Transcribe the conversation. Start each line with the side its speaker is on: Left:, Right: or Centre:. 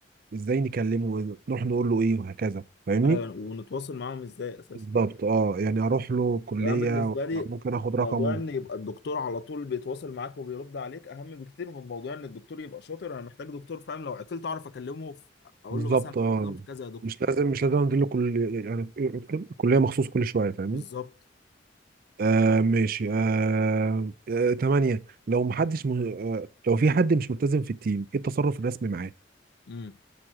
Right: ازاي نكلمه نروح نقول له ايه وهكذا فاهمني
Left: ايوه ونتواصل معاهم ازاي اساسا
Right: بالظبط اه يعني اروح له كلية
Left: يعني أنا بالنسبه
Right: ولا
Left: لي
Right: ممكن اخد
Left: موضوع
Right: رقمه
Left: ان يبقى الدكتور على طول بيتواصل معاك وبيرد عليك اهم بكتير من موضوع ان الدكتور يبقى شاطر انا محتاج دكتور فاهم لو عطلت اعرف اكلمه في... اقول
Right: بالظبط
Left: له مثلا
Right: اه
Left: عطلان في كذا يا دكتور
Right: مش لازم مش لازم انزل له كل يعني كلية مخصوص كل شوية فاهمني
Left: بالظبط
Right: آه ماشي آه آه تمانية لو محدش م... آه لو في حد مش ملتزم في التيم ايه التصرف الرسمي معاه
Left: امم